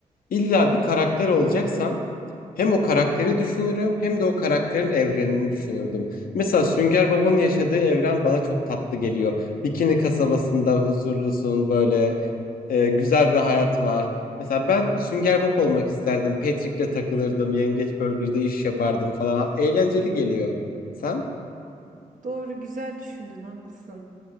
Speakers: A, on the left (about 75°); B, on the right (about 60°).
A: İlla bir karakter olacaksam hem o karakteri düşünürüm hem de o karakterin evrenini düşünürdüm. Mesela Sünger Bob'un yaşadığı evren bana çok tatlı geliyor. Bikini kasabasında huzurlusun böyle e, güzel bir hayat var. Mesela ben Sünger Bob olmak isterdim. Patrick'le takılırdım. Yengeç Burger'da iş yapardım falan. Eğlenceli geliyor. Sen?
B: Doğru, güzel düşündün, haklısın.